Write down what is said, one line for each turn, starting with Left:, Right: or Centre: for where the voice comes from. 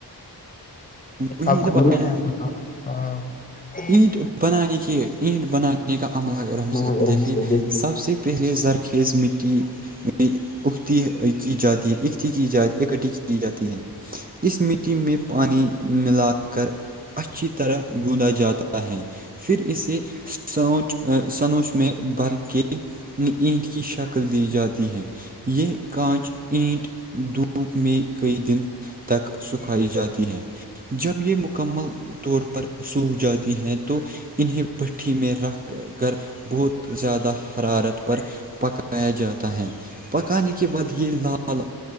Right: وہی
Left: آپ
Right: نا
Left: کو
Right: بھائی
Left: ب م ہاں <unintelligible>
Right: اینٹ بنانی کی اینٹ بنانانی کا عملہ اگر ہم
Left: اگر
Right: دیکھیں
Left: ہم سے
Right: سب سے پہلے زرخیز مٹی اختی کی جاتی ہیں اھی کی جاتی اٹھی کی جاتی ہے اس اس مٹی میں پانی ملا کر اچھی طرح گوندا جاتا ہے پھر اسے سانچ سنوچ میں بھر کے اینٹ کی شکل دی جاتی ہے یہ کانچ اینٹ دھوپ میں قئی دن تک سکھائی جاتی ہیں جب یہ مکمل طور پر سوکھ جاتی ہیں تو انہیں بھھی میں رکھ کر بہت زیادہ حرارت پر پکایا جاتا ہے پکانے کے بعد یہ لال